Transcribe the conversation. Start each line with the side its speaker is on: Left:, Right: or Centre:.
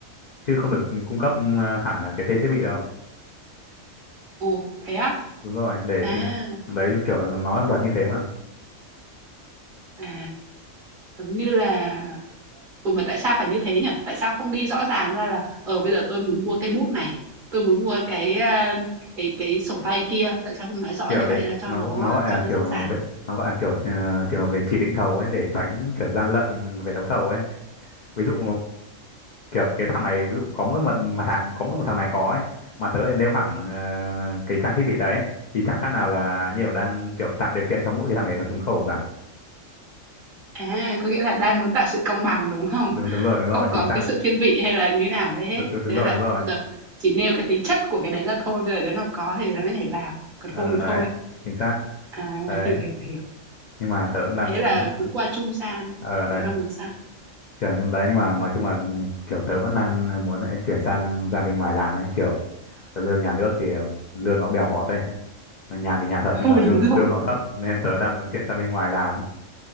Left: chứ không được cung cấp ờ, hẳn là cái tên thiết bị đâu
Right: ồ thế á?
Left: đúng rồi để
Right: À,
Left: ừ, đấy kiểu là nó là luật như thế mà
Right: à giống như là Ừ, mà tại sao phải như thế nhỉ? Tại sao không đi rõ ràng ra là ờ bây giờ tôi muốn mua cái bút này, tôi muốn mua cái à, cái cái sổ tay kia, tại sao không nói rõ
Left: kiểu
Right: như
Left: để
Right: vậy ra cho
Left: nó
Right: nó
Left: nó gọi là
Right: cho nó
Left: kiểu
Right: dễ dàng?
Left: nó gọi là kiểu ờ, trường hợp về chỉ định thầu ấy để tránh kiểu gian lận về đấu thầu ấy ví dụ kiểu cái thằng này ví dụ có mỗi một mặt hàng có mỗi một thằng này có ấy mà tớ lại nêu hẳn ờ, cái trang thiết bị đấy thì chẳng khác nào là nhiều đang kiểu tạo điều kiện cho mỗi cái thằng đấy nó trúng thầu cả
Right: À, có nghĩa là đang muốn tạo sự công bằng đúng không?
Left: đúng đúng rồi đúng
Right: Không
Left: rồi
Right: có
Left: chính xác
Right: cái sự thiên vị hay là như nào ở đây hết.
Left: đúng đúng, đúng
Right: Thế
Left: rồi
Right: nên là
Left: đúng rồi
Right: bây giờ chỉ nêu cái tính chất của cái đấy ra thôi, bây giờ đến nó có thì nó nhảy vào, còn
Left: ờ,
Right: không thì
Left: đấy
Right: thôi.
Left: chính xác
Right: À,
Left: đấy
Right: hiểu hiểu hiểu.
Left: nhưng mà tớ cũng đang
Right: Thế
Left: muốn
Right: là cũng qua trung gian.
Left: ờ đây
Right: Cậu đang muốn sao?
Left: kiểu nhưng đấy nhưng mà nói chung là kiểu tớ vẫn đang muốn lại chuyển sang ra bên ngoài làm ấy kiểu lương nhà nước thì ờ, lương nó bèo bọt ấy nhàn thì nhàn thật
Right: <laughs>
Left: nhưng
Right: Ừ
Left: mà lương
Right: đúng rồi.
Left: lương nó thấp nên tớ đang muốn chuyển sang bên ngoài làm